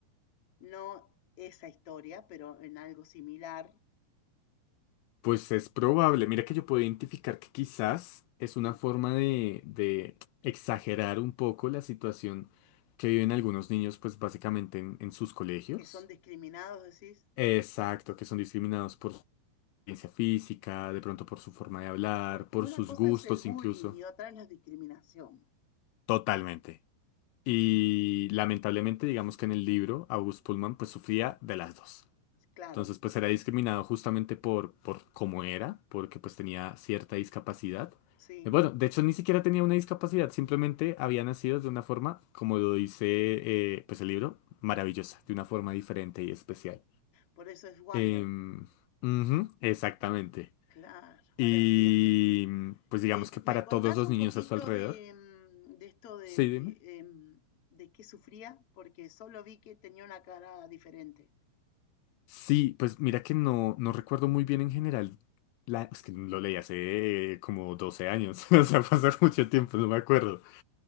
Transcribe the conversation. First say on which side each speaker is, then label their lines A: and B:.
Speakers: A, on the left (about 55°); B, on the left (about 85°).
A: no esa historia, pero en algo similar,
B: Pues es probable. Mira que yo puedo identificar que quizás es
A: sí.
B: una forma de, de exagerar un poco la situación que viven algunos niños, pues básicamente en, en sus colegios.
A: que son discriminados, decís,
B: Exacto, que son discriminados por su apariencia física, de pronto por su forma de hablar,
A: porque
B: por
A: una
B: sus
A: cosa
B: gustos
A: es el bullying
B: incluso.
A: y otra es la discriminación.
B: Totalmente. Y lamentablemente, digamos que en el libro, August Pullman pues sufría de las dos.
A: Claro,
B: Entonces, pues era discriminado justamente por, por cómo era, porque pues tenía cierta discapacidad.
A: sí,
B: Eh, Bueno, de hecho ni siquiera tenía una discapacidad, simplemente había nacido de una forma, como lo dice eh, pues el libro, maravillosa, de una forma diferente y especial.
A: por eso es Wonder.
B: Em, ujú, exactamente.
A: Claro,
B: Y
A: ahora entiendo.
B: pues digamos
A: Eh,
B: que para
A: ¿me contás
B: todos los
A: un
B: niños
A: poquito
B: a su alrededor.
A: de, mm, de esto de
B: Sí, dime.
A: que em, de qué sufría? Porque solo vi que tenía una cara diferente.
B: Sí, pues mira que no, no recuerdo muy bien en general. La, es que lo leí hace como 12 años, <laughs> o sea, pasó mucho tiempo, no me acuerdo.